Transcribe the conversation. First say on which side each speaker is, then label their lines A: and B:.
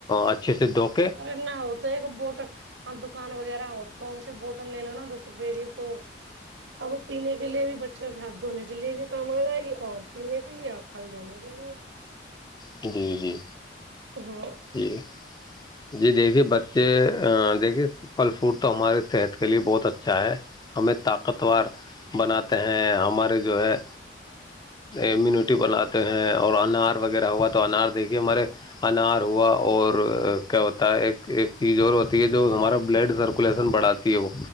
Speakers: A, on the left (about 20°); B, on the right (about 70°).
A: اچھے سے د
B: ارے نہ ہو تو ایک بوٹ ہاں دکان وغیرہ ہو تو ان سے بوٹل لے لو نا دس روپے کی تو اب وہ پینے کے لیے بھی بچوں کے ہاتھ دھونے کے لیے بھی کما یہ اور پینے کے لیے اور پھل دھونے کے لیے
A: جیدی جیدی
B: ہاں
A: جی جی دیکھیے بچے دیکھیے پھل فوڈ تو ہماراری صحت کے لیے بہت اچھا ہے ہمیں طاقتور بناتے ہیں ہمارے جو ہے امیونٹی بناتے ہیں اور انار وغیرہ ہوا تو انار دیکھیے ہمارے انار ہوا اور کیا ہوتا ہے ایک چیز اور ہوتا یہ جو ہمارا بلڈ سرکولیشن بڑھاتی ہے وہ